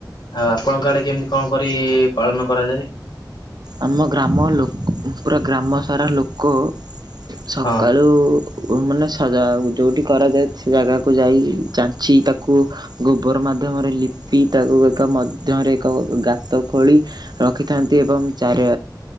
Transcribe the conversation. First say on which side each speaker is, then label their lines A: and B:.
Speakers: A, on the left; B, on the right.
A: ଆଉ ଆପଣଙ୍କ ଆଡେ କେମିତି କଣ କରି ପାଳନ କରାଯାଏ?
B: ଆମ ଗ୍ରାମ ଲୋ ପୁରା ଗ୍ରାମ ସାରା ଲୋକ। ସକାଳୁ
A: ହଁ।
B: ମାନେ ସଜା ଯୋଉଠି କରାଯାଏ ସେ ଜାଗାକୁ ଯାଇ ଚାଞ୍ଚି ତାକୁ ଗୋବର ମାଧ୍ୟମରେ ଲିପି ତାକୁ ଏକ ମଧ୍ୟରେ ଏକ ଗାତ ଖୋଳି ରଖିଥାନ୍ତି ଏବଂ ଚାରି